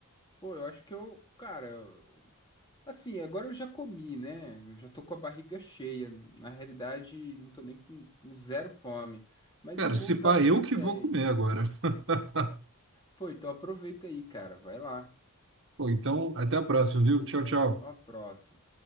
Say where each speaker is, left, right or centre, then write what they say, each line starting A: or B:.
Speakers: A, on the left; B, on the right.
A: pô, eu acho que eu, cara, eu- assim, agora eu já comi, né? Eu já tô com a barriga cheia. Na realidade, não tô nem com, com zero fome. Mas
B: Cara,
A: eu vou
B: se
A: usar
B: pá,
A: essa,
B: eu
A: essa
B: que
A: ideia
B: vou
A: aí.
B: comer agora. <laughs>
A: Pô, então aproveita aí, cara. Vai lá.
B: Pô, então, até a próxima, viu? Tchau, tchau.
A: Até uma próxima.